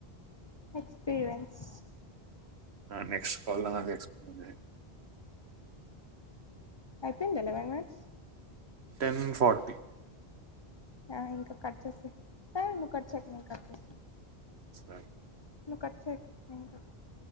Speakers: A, on the left; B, on the right.
A: ఎక్స్పీరియన్స్
B: అ నెక్స్పోళ్ల కల్లో నాకు ఎక్స్పీయన్ లేదు
A: ఐపోయిందా లెవెన్ మినట్స్
B: టెన్ ఫార్టీ
A: అహ్ ఇంక కట్ చేసేయ హె నువ్వు కట్ చేయ్క నేను కట్ చేస్తా
B: స్త
A: నువు కట్ చేయకు నేను కట్ చేస్